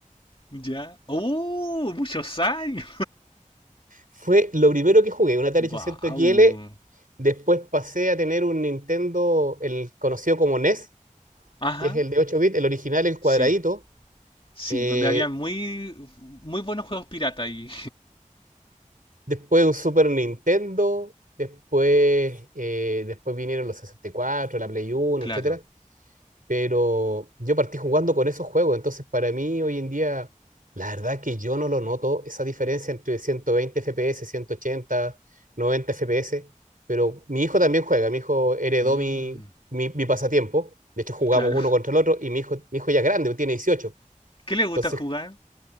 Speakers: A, on the left (about 40°); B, on the right (about 85°).
A: ya. ¡Oh! Muchos años.
B: Fue lo primero que jugué, un Atari
A: ¡Wow!
B: 800 XL. Después pasé a tener un Nintendo, el conocido como NES,
A: Ajá,
B: que es el de 8 bits, el original, el cuadradito.
A: sí, sí,
B: Eh,
A: donde había muy, muy buenos juegos pirata y...
B: después un Super Nintendo, después, eh, después vinieron los 64, la Play Uno,
A: Claro.
B: etcétera. pero yo partí jugando con esos juegos, entonces para mí hoy en día, la verdad que yo no lo noto, esa diferencia entre 120 FPS, 180, 90 FPS, pero mi hijo también juega, mi hijo heredó
A: Mm,
B: mi, mi, mi pasatiempo, de hecho jugamos
A: claro.
B: uno contra el otro y mi hijo, mi hijo ya es grande, tiene 18,
A: <laughs> ¿Qué le gusta
B: entonces
A: jugar?